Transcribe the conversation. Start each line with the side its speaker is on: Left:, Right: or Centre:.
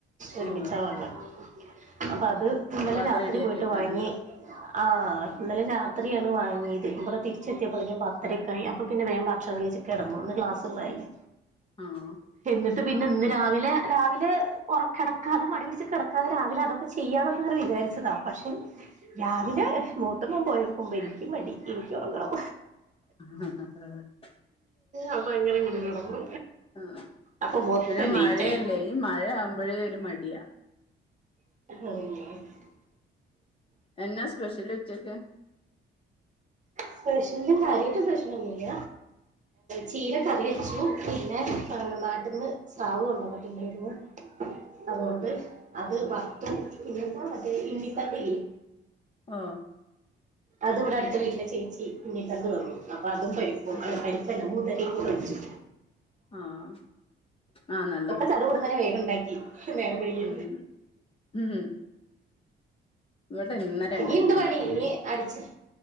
Right: ഒരുമിച്ച
Left: ഓ
Right: വാങ്ങ അപ്പം അത് ഇന്നലെ
Left: അപ്പൊ അത്
Right: രാത്രി
Left: റെഡിയാക്കി
Right: പോയിട്ട്
Left: വെക്കാനുണ്ടാവും
Right: വാങ്ങി ആഹ ഇന്നലെ രാത്രിയാണ് വാങ്ങിയത് ഇവിടെ തിരിച്ചെത്തിയപ്പോളേക്കും പത്തരക്കായി അപ്പ പിന്നെ വേം ഭക്ഷണം കഴിച്ച് കിടന്നു ഇന്ന് ക്ലാസ് ഉള്ളതല്ലേ
Left: ആ
Right: <inaudible> എന്നിട്ട് പിന്നെ ഇന്ന് രാവിലെ രാവിലെ ഉറക്ക കിടക്കാതെ മടി പിടിച്ച്‌ കിടക്കാതെ രാവിലെ അതൊക്കെ ചെയ്യാന്ന് ഒക്കെ ഇങ്ങനെ വിചാരിച്ചതാ പക്ഷേ രാവിലെ മൂത്ത മോണ് പോയോക്കുമ്പോൾ എനിക്ക് മടി എനിക്ക് ഉറങ്ങണം
Left: ആഹ്
Right: അപ്പങ്ങനെ ഇങ്ങട് കിടന്നു
Left: ആഹ്
Right: അപ്പൊ മൊത്തം
Left: പിന്നെ മഴയല്ലേ
Right: ലേറ്റ് ആയി
Left: ഈ മഴ ആവുമ്പോഴേ ഒരു മടിയാ
Right: <unintelligible>
Left: എന്നാ സ്പെഷ്യൽ ഉച്ചക്ക്
Right: സ്പെഷ്യൽ കാര്യായിട്ട് സ്പെഷ്യൽ ഒന്നൂല്ല ചീര കറി വെച്ചു പിന്നെ നാട്ടിൽന്ന് സ്രാവ് കൊണ്ടന്നിട്ട്ണ്ടേരുന്നു അതോണ്ട്
Left: ഓ
Right: അത് വർത്തും പിന്നെ എന്താ മറ്റേ ഇണ്ണിതണ്ടില്ലേ
Left: ആഹ്
Right: അത് ഇവിടെ അടുത്ത വീട്ടിലെ ചേച്ചി ഉണ്ണിതണ്ട് തന്നു അപ്പൊ അതും പരിപ്പും
Left: ആ
Right: അല്ല പരിപ്പല്ല മുതരേം കൂടെ വെച്ചു
Left: ആഹ നല്ലത്
Right: ചടുപുടുന്നനെ വേഗം ഇണ്ടാക്കി നേരം വെയ്കി
Left: ഉം ഉം ഇവിടെ ഇന്നലെ
Right: ഇനീ
Left: ഉണ്ടായിരുന്നു
Right: ഇണ്ട്
Left: ഉണ്ണിപ്പിണ്ടി
Right: പണി ഇനി അടിച്